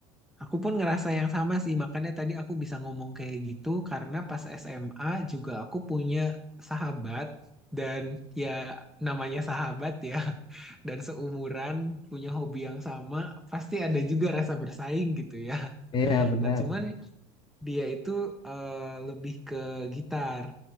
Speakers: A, in the centre; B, on the left (about 30°).
A: Aku pun ngerasa yang sama sih, makanya tadi aku bisa ngomong kayak gitu karena pas SMA juga aku punya sahabat dan ya namanya sahabat ya, <laughs> dan seumuran punya hobi yang sama, pasti ada juga rasa bersaing gitu ya.
B: <laughs> iya benar
A: Nah, cuman dia itu eh, lebih ke gitar.